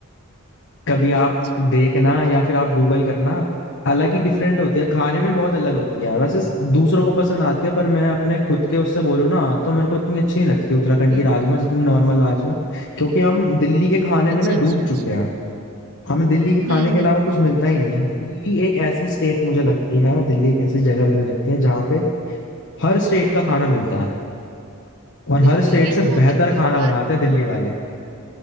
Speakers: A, on the left; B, on the right.
A: कभी
B: अच्छा
A: आप
B: अच्छा
A: देखना या फिर आप गूगल करना अलग ही डिफरेंट होती है खाने में बहुत अलग होती है वैसे दूसरों को पसंद आती है पर मैं अपने खुद के उससे बोलूँ ना तो मेरे को इतनी अच्छी नहीं लगती उत्तराखंड
B: हम्म
A: की राजमा जितनी नॉर्मल राजमा क्योंकि हम दिल्ली के खाने में
B: अच्छा
A: ना
B: अच्छा
A: डूब
B: अच्छा
A: चुके हैं हमें दिल्ली के खाने
B: हम्म हम्म,
A: के अलावा कुछ
B: हम्म,
A: मिलता ही नहीं है दिल्ली एक ऐसी स्टेट मुझे लगती है दिल्ली एक ऐसी जगह मुझे लगती है जहाँ पे हर स्टेट का खाना मिलता है और हर
B: बिल्कुल
A: स्टेट
B: ये
A: से बेहतर
B: तो बिल्कुल
A: खाना
B: हर
A: बनाते हैं दिल्ली वाले